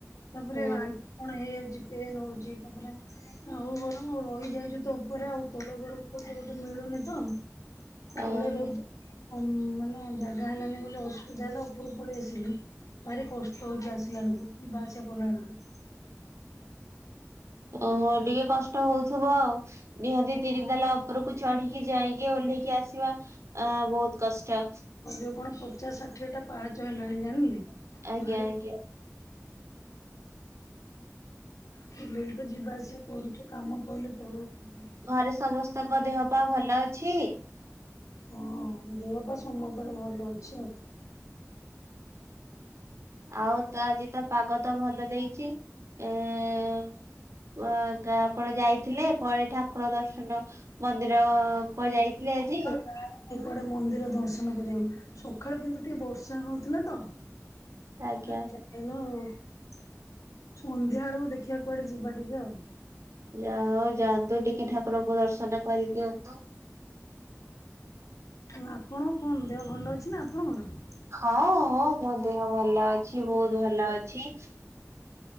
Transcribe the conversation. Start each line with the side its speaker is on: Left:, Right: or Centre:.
Left: ତାପରେ
Right: ହଁ
Left: ବା କଣ ହେଇଯାଉଛି ପେନ୍ ହଉଛି ତାପରେ ହଉ ଗରମ ରହିଯାଇଛୁ ତ ଉପରେ ଆଉ ତଳ ଘର <unintelligible> ମିଳୁନି ତ ତଳେ
Right: ଓହୋ।
Left: ରହୁ ଅମ୍ ମାନେ ଜାଗା ହେଲାନ ବୋଲି ଅସୁବିଧା ହେଲା ଉପରକୁ ପଳେଇ ଆସିଲୁ। ଭାରି କଷ୍ଟ ହଉଛି ଆସିଲା ବେଳକୁ ଯିବା ଆସିବା କଲା ବେଳକୁ।
Right: ଓହୋ ଟିକେ କଷ୍ଟ ହଉଥିବ ଆଉ। ନିହାତି ତିରିତାଲା ଉପରକୁ ଚଢିକି ଯାଇକି ଓହ୍ଲେଇକି ଆସିବା ଅ ବହୁତ କଷ୍ଟ।
Left: ଅ ଯୋଉ କଣ ପଚାଶ ଷାଠିଏ ଟା ପାହାଚ ହେଲାଣି ଜାଣିଲେ।
Right: ଆଜ୍ଞା
Left: ଭାରି
Right: ଆଜ୍ଞା।
Left: ହେଲେ ବି ତ ଯିବା ଆସିବା କରୁଛୁ। କାମ ପଡିଲେ ତଳ <unintelligible>
Right: ଆରେ ସମସ୍ତ ଙ୍କ ଦେହ ପା ଭଲ ଅଛି?
Left: ହଁ ଦେହ ପା ସମସ୍ତର ଭଲ ଅଛି ଆଉ।
Right: ଆଉ ତ ଆଜି ତ ପାଗ ତ ଭଲ ଦେଇଛି ଏ-ଏ-ଏ-ଏ ଓ ଗା ଆପଣ ଯାଇଥିଲେ କୁଆଡେ ଠାକୁର ଦର୍ଶନ ମନ୍ଦିର-ଅ-ଅ କୁଆଡ଼େ ଯାଇଥିଲେ ଆଜି?
Left: <unintelligible> ସେପଟେ ମନ୍ଦିର ଦର୍ଶନ କରିବାକୁ ସକାଳୁ କିନ୍ତୁ ଟିକେ ବର୍ଷା ହଉଥିଲା ତ।
Right: ଆଜ୍ଞା
Left: ଆଉ ଯାଇନୁ ଆଉ। ସନ୍ଧ୍ୟା ବେଳକୁ ଦେଖିବା କୁଆଡେ ଯିବା ଟିକେ ଆଉ।
Right: ଯାଅ ଯାଆନ୍ତୁ ଟିକେ ଠାକୁରଙ୍କୁ ଦର୍ଶନ କରିଦିଅନ୍ତୁ।
Left: ହ ଆପଣ କଣ ଦେହ ଭଲ ଅଛି ନା ଆପଣଙ୍କର?
Right: ହଁ-ଅ-ଅ ମୋ ଦେହ ଭଲ ଅଛି ବହୁତ ଭଲ ଅଛି।